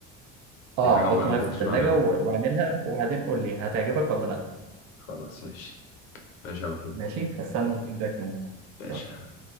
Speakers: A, on the right; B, on the left.
A: اه
B: دي حاجه عمري
A: حطه
B: ما
A: معايا
B: كنتش
A: في التلاجة
B: بعملها
A: و- واعملها وبعدين قول لي هتعجبك ولا لا
B: خلاص ماشي ماشي يا محمود
A: ماشي هستنى الفيدباك منك
B: ماشي
A: يلا